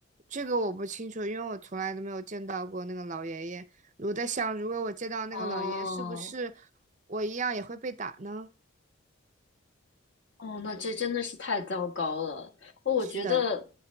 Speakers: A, on the right; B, on the left.
A: 这个我不清楚，因为我从来都没有见到过那个老爷爷。我在想，如果我见到那个老爷爷，
B: 哦，
A: 是不是我一样也会被打呢？
B: 哦，那这真的是太糟糕了。哦我觉得
A: 是的。